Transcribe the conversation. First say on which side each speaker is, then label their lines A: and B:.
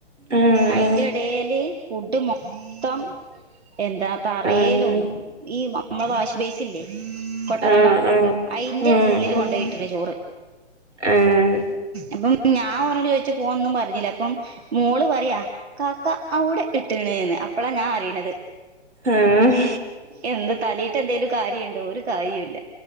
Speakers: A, on the right; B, on the right.
A: ആഹ്
B: അയിന്റെടേൽ ഫുഡ് മൊത്തം എന്താ തറേലും
A: ആഹ്
B: ഈ നമ്മളെ വാഷ് ബേസ് ഇല്ലേ കൊട്ടത്തോളം
A: ആഹ് ആഹ് ആഹ്
B: അയിന്റെ
A: ഉം
B: ഉള്ളില്
A: ഉം
B: കൊണ്ടുപോയിട്ടിണ് ചോറ്
A: ആഹ്
B: അപ്പം ഞാൻ ഓനോട് ചോയിച്ചപോന്നും പറഞ്ഞില്ല അപ്പം മോള് പറയാ കാക്ക അവിടെ ഇട്ടണ്ന്ന് അപ്പോളാ ഞാൻ അറിയണത്
A: ആഹ്
B: എന്ത് തലി എന്തേലും കാര്യുണ്ടോ ഒരു കാര്യില്ല